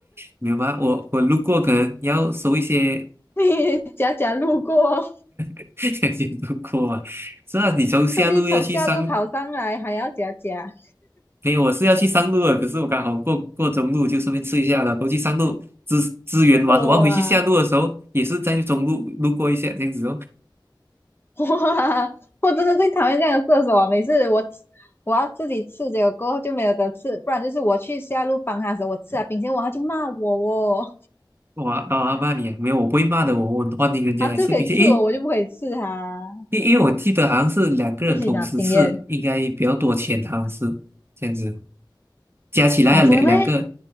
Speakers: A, on the right; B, on the left.
A: 没有吧？我我路过，可能要收一些
B: <laughs> 你假假路过，
A: <laughs> 有路过啊。是啊，你从下路要去上，
B: 特地从下路跑上来，还要假假，
A: 没有，我是要去上路的，可是我刚好过过中路，就顺便吃一下了。过去上路支支援完，
B: 哇
A: 我要回去下路的时候，也是在中路路过一下这样子哦。
B: 哇！我真的最讨厌这样的射手啊！每次我我要自己刺，结果过后就没有得吃，不然就是我去下路帮他的时候，我吃了冰淇淋，哇，他就骂我哦，
A: 我啊骂你啊，没有，我不会骂的，我我很欢迎人家来吃螃蟹。
B: 他就可以刺我，
A: 诶，
B: 我就不可以刺他，
A: 因因为我记得好像是两个人同时吃，
B: 一起拿经验
A: 应该比较多钱，好像是这样子。加起来要两两个
B: 哦，真的咩？